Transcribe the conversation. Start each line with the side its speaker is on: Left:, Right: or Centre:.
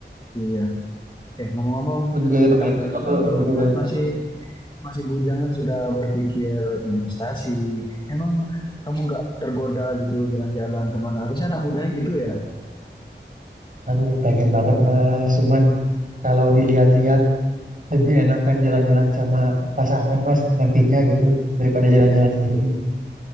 Left: iya. Eh, ngomong-ngomong,
Right: Lebih gede daripada
Left: kamu
Right: deposito,
Left: keren banget
Right: lebih
Left: loh,
Right: gede
Left: ma
Right: dari itu.
Left: masih masih bujangan sudah berpikir investasi. Emang kamu nggak tergoda gitu jalan-jalan kemana? mana? Biasanya anak mudanya gitu ya?
Right: Aduh, pengen banget Mas. Cuman kalau dilihat-lihat lebih enakan jalan-jalan sama pasangan Mas nantinya gitu daripada jalan-jalan sendiri.